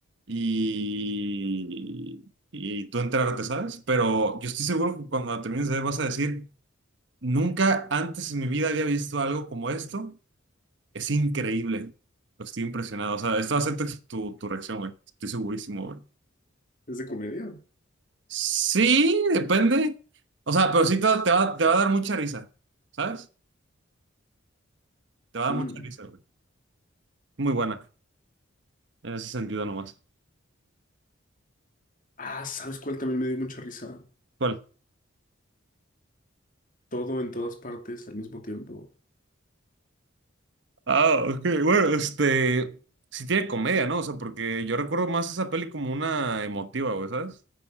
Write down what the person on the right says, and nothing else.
y, y tú enterarte, ¿sabes? Pero yo estoy seguro que cuando la termines de ver vas a decir, nunca antes en mi vida había visto algo como esto, es increíble, estoy impresionado, o sea, esto va a ser tu, tu tu reacción, güey, estoy segurísimo, güey.
Sí, depende. O sea, pero sí te, va, te va te va a dar mucha risa, ¿sabes? Te va a
dar mucha risa, güey. Muy buena, en ese sentido nomás.
¿Cuál?
Ah, ok, bueno, este... Sí tiene comedia, ¿no? O sea, porque yo recuerdo más esa peli como una emotiva, güey, ¿sabes?